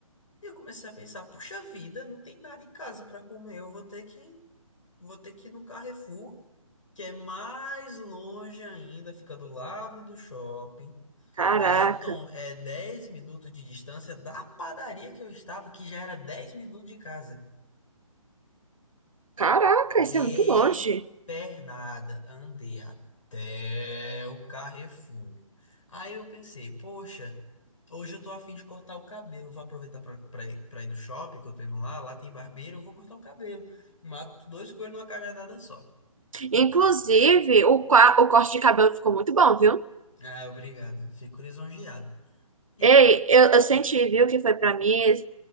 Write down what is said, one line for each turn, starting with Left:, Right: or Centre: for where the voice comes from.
Left: e eu comecei a pensar, puxa vida, não tem nada em casa pra comer, eu vou ter que, vou ter que ir no Carrefour, que é mais longe ainda, fica do lado do shopping.
Right: Caraca.
Left: Aí tom é 10 minutos de distância da padaria que eu estava, que já era 10 minutos de casa.
Right: Caraca,
Left: Dei
Right: isso é muito longe.
Left: pernada, andei até o Carrefour. Aí eu pensei, poxa, hoje eu tô afim de cortar o cabelo. Vou aproveitar pra, pra ir, pra ir no shopping, que eu tô indo lá, lá tem barbeiro, eu vou cortar o cabelo. Mato dois coelhos numa cajadada só.
Right: Inclusive, o, qua- o corte de cabelo ficou muito bom, viu?
Left: Ah, obrigado, fico lisonjeado. Então,
Right: Ei, eu, eu senti, viu, que foi pra mim esse,